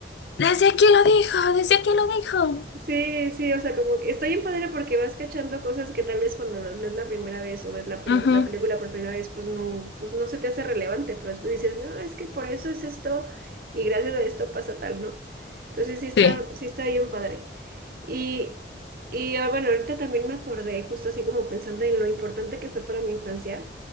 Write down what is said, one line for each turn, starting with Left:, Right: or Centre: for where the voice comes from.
Left: desde aquí lo dijo, desde aquí lo dijo.
Right: Sí, sí, o sea, como que está bien padre porque vas cachando cosas que tal vez cuando los lees la primera vez o ves la, primer-
Left: Ujú.
Right: la película por primera vez, pues no, pues no se te hace relevante, pero después dices, no, es que por eso es esto y gracias a esto pasa tal, ¿no? Entonces sí está,
Left: Sí.
Right: sí está bien padre. Y, y ah, bueno, ahorita también me acordé, justo así como pensando en lo importante que fue para mi infancia.